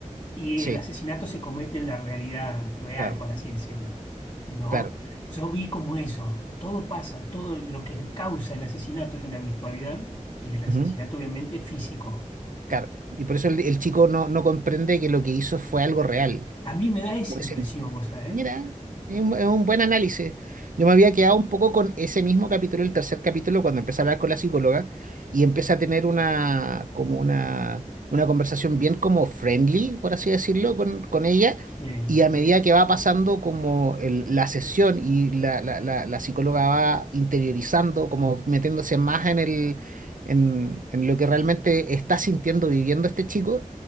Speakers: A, on the left (about 35°); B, on the right (about 80°).
A: Y
B: sí,
A: el asesinato se comete en la realidad real,
B: claro.
A: por así decirlo, ¿no?
B: claro,
A: Yo vi como eso, todo pasa, todo lo que causa el asesinato es en la virtualidad y el asesinato
B: Ujú.
A: obviamente es físico.
B: claro. Y por eso el, el chico no, no comprende que lo que hizo fue algo real.
A: A mí me da esa
B: Porque
A: impresión,
B: se,
A: vos sabés.
B: Mira, es un, es un buen análisis. Yo me había quedado un poco con ese mismo capítulo, el tercer capítulo, cuando empieza a hablar con la psicóloga y empieza a tener una, como una, una conversación bien como friendly, por así decirlo, con, con ella.
A: Sí,
B: Y a medida que va pasando como el- la sesión y la, la, la, la psicóloga va interiorizando, como metiéndose más en el, en, en lo que realmente está sintiendo, viviendo este chico